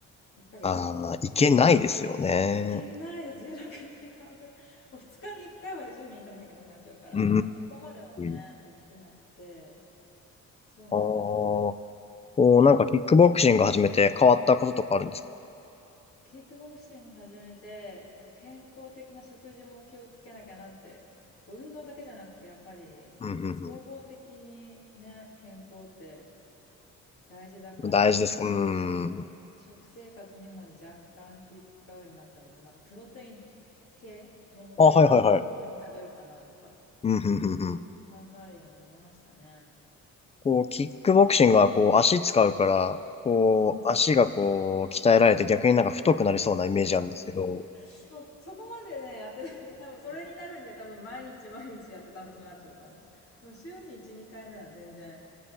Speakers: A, on the left; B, on the left.
A: 1ヶ月に結局。
B: ああ、いけないですよね。
A: いけないです、16時間分。もう2日に1回はジムに行かなきゃいけなくなっちゃうから、
B: うー
A: そこまではね、
B: ん。
A: できなくて、そうなんですよ。
B: ああ、こうなんかキックボクシング始めて変わったこととかあるんですか
A: キックボクシング始めて、やっぱ健康的な食事も気をつけなきゃなって、こう運動だけじゃなくて、やっぱり、
B: うん、
A: やっぱ総合的にね、
B: うん、
A: 健康って大事だから、
B: うん。大事ですかうーん。
A: 食生活にも若干気使うようになったのと、なんかプロテイン系のも食べ物を多めに食べようかなとか
B: あ、はいはいはい。うん、うん、うん、うん。
A: 考えるようになりましたね。
B: こう、キックボクシングはこう、足使うから、こう、
A: うん。
B: 足がこう、鍛えられて逆になんか太くなりそうなイメージあるんですけど、
A: そう、そこまでね、やってない。<laughs> 多分それになるには多分毎日毎日やったら多分そうなっちゃうかも。でも週に1、2回なら全然、